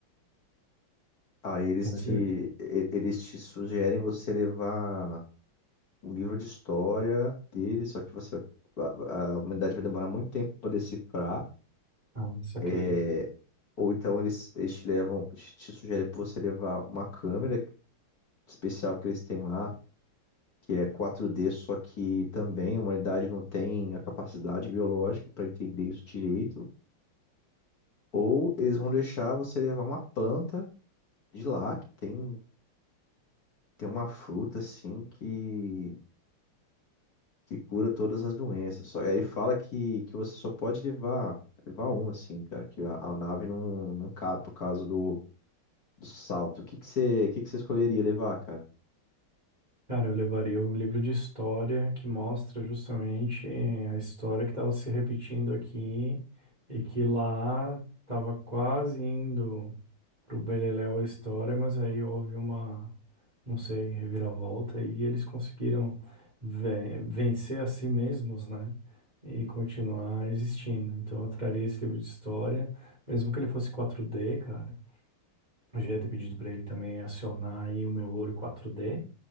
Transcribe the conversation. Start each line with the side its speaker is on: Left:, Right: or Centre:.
Left: Aí eles
Right: Você...
Left: te, e- eles te sugerem você levar um livro de história dele, só que você, a, a humanidade vai demorar muito tempo para decifrar.
Right: Ah, saquei.
Left: É, ou então eles, eles te levam, te te sugerem para você levar uma câmera especial que eles têm lá, que é quatro d só que também a humanidade não tem a capacidade biológica para entender isso direito. Ou eles vão deixar você levar uma planta de lá, que tem, tem uma fruta assim que que cura todas as doenças. Só, aí fala que, que você só pode levar, levar um, assim, cara, que a, a nave não, não cabe por causa do, do salto. O que que você, que que você escolheria levar, cara?
Right: Cara, eu levaria o livro de história que mostra justamente a história que estava se repetindo aqui e que lá estava quase indo. pro Beleléu a história, mas aí houve uma, não sei, reviravolta e eles conseguiram ve- vencer a si mesmos, né? E continuar existindo. Então eu traria esse livro de história, mesmo que ele fosse 4D, cara. Eu já ia ter pedido para ele também acionar aí o meu olho 4D,